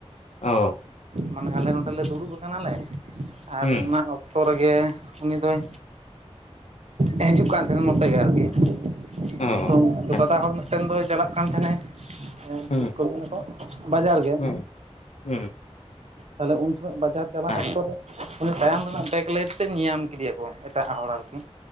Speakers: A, on the left; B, on the right.
A: ᱚ ᱾
B: ᱢᱟᱱᱮ ᱟᱞᱮ ᱱᱚᱸᱰᱮᱞᱮ ᱫᱩᱲᱩᱵ ᱟᱠᱟᱱᱟᱞᱮ ᱟᱨ
A: ᱦᱩᱸ
B: ᱚᱱᱟ ᱚᱠ ᱛᱚ ᱨᱮᱜᱮ ᱩᱱᱤ ᱫᱚᱭ ᱦᱮᱡᱩᱜ ᱠᱟᱱ ᱛᱟᱦᱮᱱᱟ ᱱᱚᱛᱮ ᱜᱮ ᱟᱨᱠᱤ ᱾
A: ᱚ
B: ᱛᱚ
A: ᱟᱪᱪᱷᱟ
B: ᱫᱟᱫᱟ ᱦᱚᱲ ᱢᱤᱫᱴᱮᱱ ᱫᱚᱭ ᱪᱟᱞᱟᱜ ᱠᱟᱱ ᱛᱟᱦᱮᱱᱟᱭ ᱾ ᱦᱮᱸ
A: ᱦᱩᱸ
B: ᱪᱮᱫ ᱠᱚ ᱢᱮᱱᱟ ᱠᱚ ᱵᱟᱡᱟᱨ ᱜᱮ,
A: ᱦᱩᱸ ᱦᱩᱸ
B: ᱛᱟᱦᱚᱞᱮ ᱩᱱ ᱥᱚᱢᱚᱭ ᱵᱟᱡᱟᱨ ᱪᱟᱞᱟᱜ
A: ᱟᱪᱪᱷᱟ
B: ᱚᱠᱛᱚ ᱨᱮ ᱩᱱᱤ ᱛᱟᱭᱚᱢ ᱨᱮᱱᱟᱜ ᱵᱮᱠ ᱞᱟᱭᱤᱴ ᱛᱮ ᱧᱮᱭᱟᱢ ᱠᱮᱫᱮᱭᱟ ᱠᱚ ᱮᱴᱟᱜ ᱦᱚᱲ ᱟᱨᱠᱤ